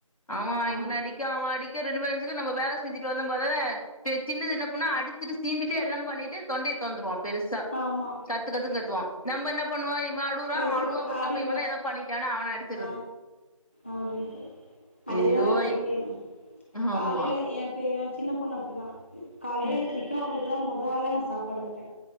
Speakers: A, on the left (about 85°); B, on the left (about 20°).
A: அவ
B: ஆமா
A: இவன அடிக் க அவே அடிக்க ரெண்டு பேச்சுக்கு நம்ம வேல செஞ்சுட்டு வந்த போதல்ல சின்னது என்ன பண்ணு அடிச்சுட்டு சீண்டிட்டு எல்லா பண்ணிட்டு தொண்டைய தொறந்துருவா பெருசா
B: ஆமா
A: கத்து கத்துன்னு கத்துவா நம்ம என்ன பண்ணுவோ இவே அழுவுறா
B: பெருசப்பட்
A: அவே அழுவாம இருக்கா
B: அடிவ
A: அப்ப இவந்தா எதோ பண்ணிடானு அவன அடிச்
B: ஆ அப்டின்டு அதே
A: ஐயோ
B: தா நடக்கு இங்கயு
A: ஆமா
B: காலேல ஏ பெ ஏ சின்ன பொண்ணு அப்டிதா காலேல
A: ம்
B: இத்தனைக்கு அவளுக்கு தா மொத ஆளா நா சாப்பாடு வப்பே